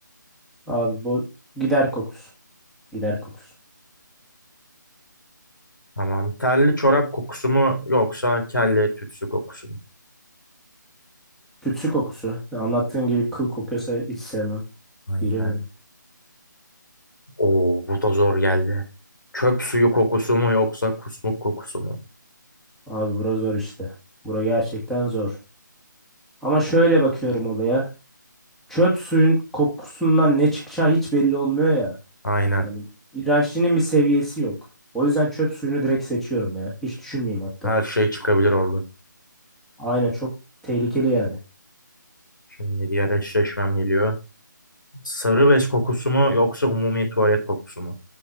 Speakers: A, in the centre; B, on the left.
A: Abi bu gider kokusu. Gider kokusu.
B: Tamam. Terli çorap kokusu mu yoksa kelle tütsü kokusu mu?
A: Tütsü kokusu. Ya Anlattığın gibi kıl kokuyorsa hiç sevmem.
B: Aynen.
A: İğrenirim.
B: Oo bu da zor geldi. Çöp suyu kokusu mu yoksa kusmuk kokusu mu?
A: Abi bura zor işte. Bura gerçekten zor. Ama şöyle bakıyorum olaya. Çöp suyun kokusundan ne çıkacağı hiç belli olmuyor ya.
B: Aynen.
A: Yani iğrençliğinin bir seviyesi yok. O yüzden çöp suyunu direkt seçiyorum ya. Hiç düşünmeyeyim hatta.
B: Her şey çıkabilir orada.
A: Aynen çok tehlikeli yani.
B: Şimdi diğer eşleşmem geliyor. Sarı bez kokusu mu yoksa umumi tuvalet kokusu mu?